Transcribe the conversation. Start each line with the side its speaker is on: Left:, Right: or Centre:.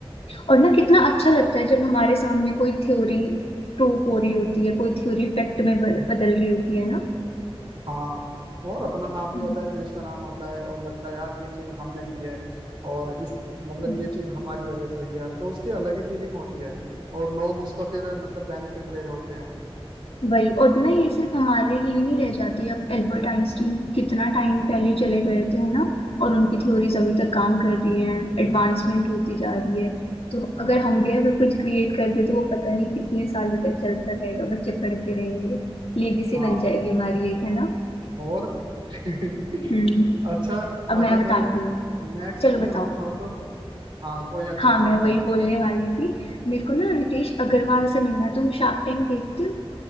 Left: और ना कितना अच्छा लगता है जब हमारे सामने कोई थ्योरी प्रूफ हो रही होती है कोई थ्योरी फैक्ट में ब- बदल रही होती है ना
Right: हाँ और अपना नाम भी
Left: हम्म,
Right: होता है देश का नाम होता है और लगता है यार ये चीज हमने की है और इस मतलब
Left: हम्म।
Right: ये चीज हमारी वजह से हुई है तो उसकी अलग ही फीलिंग होती है और लोग उसका फिर मतलब बेनिफिट ले रहे होते हैं
Left: वही और ना ये सिर्फ हमारे लिए नहीं रह जाती अब एल्बर्ट आइंस्टीन कितना टाइम पहले चले गए थे है ना और उनकी थ्योरीज अभी तक काम कर रही हैं एडवांसमेंट होती जा रही है तो
Right: हाँ
Left: अगर हम भी अगर कुछ क्रिएट कर दे तो वो पता नहीं कितने सालों तक चलता रहेगा बच्चे पढ़ते रहेंगे लेगेसी
Right: हाँ
Left: बन जाएगी हमारी एक है ना
Right: और <laughs>
Left: हम्म
Right: अच्छा
Left: अब
Right: अगर
Left: मैं बताती हूँ
Right: नेक्स्ट
Left: चलो
Right: तुम्हें
Left: बताओ
Right: मिलना हो तो हाँ कोई अच्छा
Left: हाँ
Right: सा
Left: मैं
Right: बताओ
Left: वही बोलने वाली थी मेरे को ना रितेश अग्रवाल से मिलना है। तुम शार्क टैंक देखते हो